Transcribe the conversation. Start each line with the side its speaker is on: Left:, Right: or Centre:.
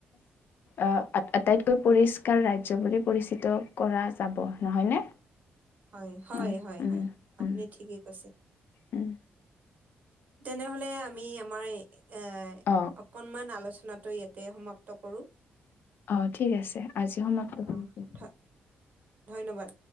Left: অ', আটাইতকৈ পৰিষ্কাৰ ৰাজ্য বুলি পৰিচিত কৰা যাব, নহয়নে?
Right: হয়-হয়-হয়-হয়
Left: হয় উম
Right: আপুনি
Left: উম
Right: ঠিকেই কৈছে।
Left: উম।
Right: তেনেহলে আমি আমাৰ এ
Left: অ
Right: অকনমান আলোচনা আনাটো ইয়াতে সমাপ্ত কৰোঁ।
Left: অ', ঠিক আছে। আজি সমাপ্ত
Right: অ
Left: কৰিছোঁ
Right: ধ ধন্যবাদ।